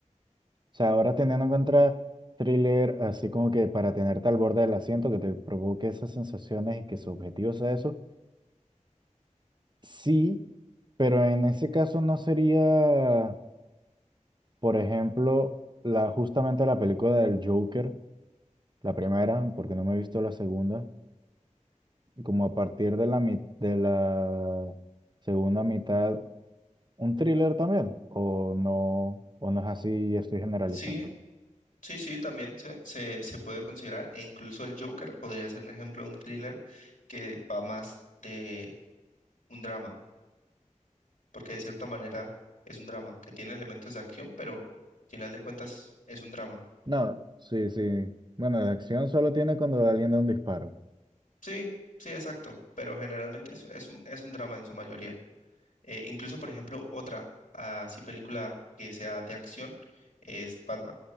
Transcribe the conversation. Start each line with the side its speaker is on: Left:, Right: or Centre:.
Right: o sea, ahora teniendo en cuenta thriller, así como que para tenerte al borde del asiento, que te provoque esas sensaciones y que su objetivo sea eso, sí, pero en ese caso no sería, por ejemplo, la, justamente la película del Joker, la primera, porque no me he visto la segunda como a partir de la, mi- de la segunda mitad, un thriller también, o no, o no es así y estoy generalizando.
Left: Sí, sí, sí, también se, se, se puede considerar. E incluso el Joker podría ser un ejemplo de un thriller que va más de un drama. Porque de cierta manera es un drama que tiene elementos de acción, pero al final de cuentas es un drama
Right: No, sí, sí. Bueno, de acción solo tiene cuando alguien da un disparo.
Left: Sí, sí, exacto, pero generalmente es, es un, es un drama en su mayoría. Eh, incluso, por ejemplo, otra así película que sea de acción es Batman,